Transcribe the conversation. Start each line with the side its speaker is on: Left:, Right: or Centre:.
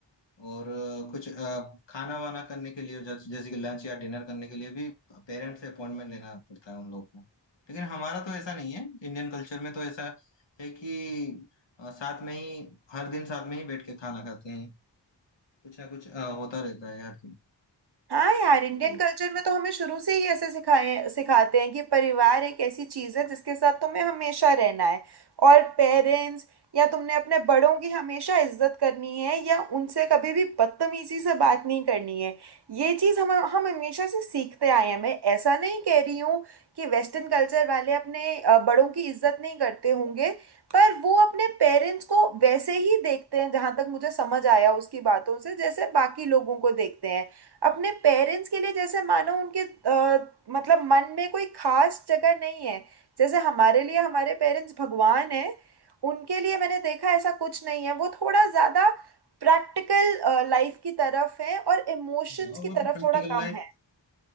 Left: और अ, कुछ अ, खाना वाना करने के लिए जैसे जैसे कि लंच या डिनर करने के लिए भी पेरेंट्स से अपॉइंटमेंट लेना पड़ता है उन लोग को लेकिन हमारा तो ऐसा नहीं है इंडियन कल्चर में तो ऐसा है कि अ, साथ में ही हर दिन साथ में ही बैठ के खाना खाते हैं कुछ ना कुछ अ, होता रहता है हर दिन
Right: हाँ यार इंडियन
Left: तो
Right: कल्चर में तो हमें शुरू से ही ऐसे सिखाए सिखाते हैं कि परिवार एक ऐसी चीज है जिसके साथ तुम्हें हमेशा रहना है और पेरेंट्स या तुमने अपने बड़ों की हमेशा इज्जत करनी है या उनसे कभी भी बदतमीजी से बात नहीं करनी है ये चीज हम हम हमेशा से सीखते आए हैं मैं ऐसा नहीं कह रही हूँ कि वेस्टर्न कल्चर वाले अपने अ, बड़ों की इज्जत नहीं करते होंगे पर वो अपने पेरेंट्स को वैसे ही देखते हैं जहां तक मुझे समझ आया उसकी बातों से जैसे बाकी लोगों को देखते हैं अपने पेरेंट्स के लिए जैसे मानो उनके अ, मतलब मन में कोई खास जगह नहीं है जैसे हमारे लिए हमारे पेरेंट्स भगवान है उनके लिए मैंने देखा ऐसा कुछ नहीं है वो थोड़ा ज्यादा प्रैक्टिकल लाइफ की तरफ है और इमोशंस
Left: हाँ
Right: की
Left: वो
Right: तरफ
Left: तो प्रैक्टिकल
Right: थोड़ा कम
Left: लाइफ
Right: है